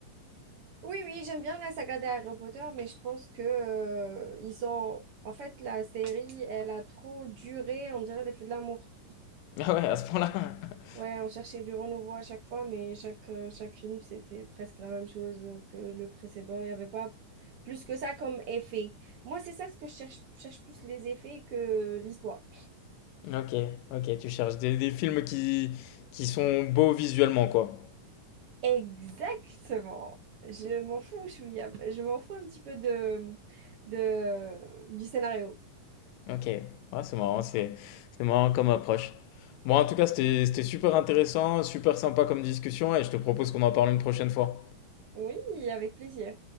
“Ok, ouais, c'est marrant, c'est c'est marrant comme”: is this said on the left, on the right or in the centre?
Left